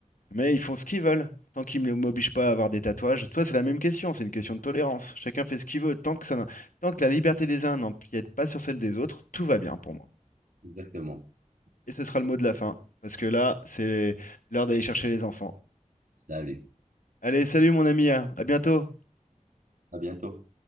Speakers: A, on the left; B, on the right.
A: Mais ils font ce qu'ils veulent. Tant qu'ils ne m'obligent pas à avoir des tatouages. Toi, c'est la même question. C'est une question de tolérance. Chacun fait ce qu'il veut. Tant que ça, n'en- tant que la liberté des uns n'empiète pas sur celle des autres, tout va bien pour moi.
B: Exactement.
A: Et ce sera
B: C'est-
A: le mot de la fin. Parce que là, c'est l'heure d'aller chercher les enfants.
B: Salut.
A: Allez, salut mon ami, hein. À bientôt.
B: À bientôt.